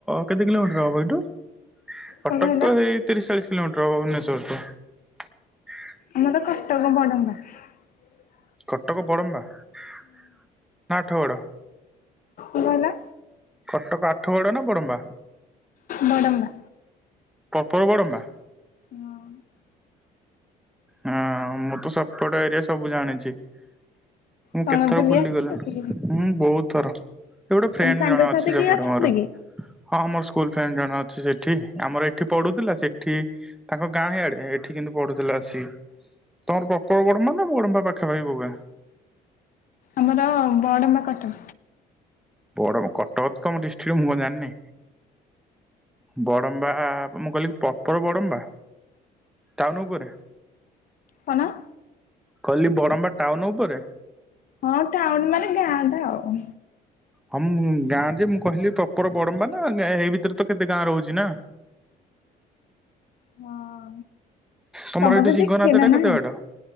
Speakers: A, in the centre; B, on the left (about 55°).
A: କେତେ କିଲୋମିଟର ହବ ଏଇଠୁ ।
B: କଣ
A: କଟକ
B: କହିଲ
A: ତ ହେଇ ତିରିଶ ଚାଳିଶ କିଲୋମିଟର ହବ ଭୁବନେଶ୍ୱର <unintelligible>
B: ଆମର କଟକ ବଡମ୍ବା ।
A: କଟକ ବଡମ୍ବା ନା ଅଟଗଡ ।
B: ଭଲ।
A: କଟକ ଆଠଗଡ ନା ବଡମ୍ବା
B: ବଡ଼ମ୍ବା।
A: ପ୍ରପର ବଡ଼ମ୍ବା
B: ହୁଁ ।
A: ହାଁ ମୁଁ ତ ସେପଟ ଏରିଆ ସବୁ ଜାଣିଚି । ମୁଁ
B: କଣ
A: କେତେ ଥର
B: ବୁଲି
A: ବୁଲିଗଲିଣି
B: ଆସିଛ କି
A: ହୁଁ ବହୁତ ଥର । ଗୋଟେ ଫ୍ରେଣ୍ଡ
B: ତମ ସାଙ୍ଗସାଥି
A: ଜଣ ଅଛି ସେପଟେ
B: କିଏ ଅଛନ୍ତି
A: ମୋର
B: କି?
A: ହଁ ମୋର ସ୍କୁଲ ଫ୍ରେଣ୍ଡ ଜଣେ ଅଛ ସେ ସେଠି ଆମର ଏଠି ପଢୁଥିଲା ସେଠି ତାଙ୍କ ଗାଁ ଇଆଡେ ଏଠି କିନ୍ତୁ ପଢୁଥିଲା ଆସି ତମର ପ୍ରପର ବ ହଁ ମାନେ ବଡ଼ମ୍ବା ପାଖା ପାଖି କଉ ଗାଁ।
B: ଆମର ବଡମ୍ବା କଟକ।
A: ବଡମ୍ କଟକ ତ ତମ ଡ଼ିସ ଛି ମୁଁ କଣ ଜାଣିନି। ବଡମ୍ବା ମୁଁ କହିଲି ପ୍ରପର ବଡମ୍ବା ଟାଉନ ଉପରେ।
B: କଣ?
A: କହିଲି ବଡମ୍ବା ଟାଉନ ଉପରେ।
B: ହଁ ଟାଉନ ମାନ ଗାଁ ଟା ଆଉ।
A: ହଁ ମୁ ଗାଁଯେ ମୁଁ କହିଲି ପ୍ରପର ବଡମ୍ବା ନା ଏଇ ଭିତରେ ତ କେତେ ଗାଁ ରହୁଛି ନା।
B: ହଁ
A: ତମର
B: ତମେ
A: ଏଇଠି
B: ତ
A: ସିଂହ
B: ଦେଖିନ
A: ନାଦ ଟା
B: ନା
A: କେତେ ବାଟ?